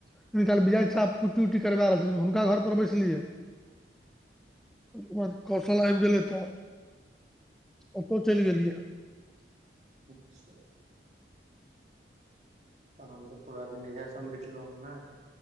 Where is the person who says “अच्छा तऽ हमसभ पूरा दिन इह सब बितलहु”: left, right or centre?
Right